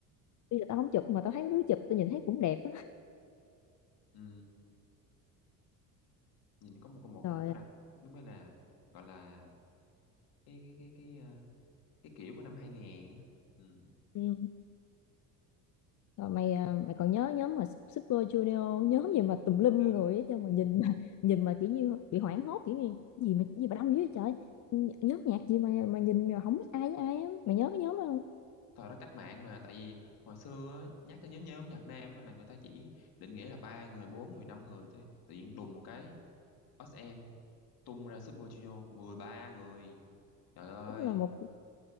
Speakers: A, on the left (about 45°); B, on the left (about 60°).
A: tuy là tao không chụp mà tao thấy mấy đứa chụp tao nhìn thấy cũng đẹp á
B: ừ. nhìn có một cái- một
A: rồi
B: một cái đặc đúng cái là gọi là cái cái cái cái ờ, cái kiểu của năm 2000 á ừ.
A: ừ. rồi mày à, mày còn nhớ nhóm mà Super Junior nhóm gì mà tùm lum
B: Ừ.
A: người ấy, chứ mà nhìn mà <laughs> nhìn mà kiểu như bị hoảng hốt kiểu như gì mà gì mà đông dữ vậy trời Nh- nhóm nhạc gì mà mà nhìn mà không biết ai với ai á mày nhớ cái nhóm đó không
B: thời đó cách mạng mà tại vì hồi xưa á, nhắc tới nhóm nhóm nhạc nam á, là người ta chỉ định nghĩa là ba người bốn người năm người thôi tự nhiên đùng một cái SM tung ra Super Junior 13 người trời ơi
A: đúng là một cuộc-